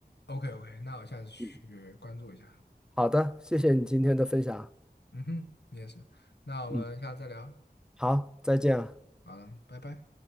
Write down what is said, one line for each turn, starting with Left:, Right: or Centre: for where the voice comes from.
Left: ，OK OK，那我下次去关注一下，
Centre: 嗯，好的，谢谢你今天的分享。
Left: 嗯哼，你也是，那我们下次再聊。
Centre: 嗯，好，再见啊。
Left: 好了，拜拜。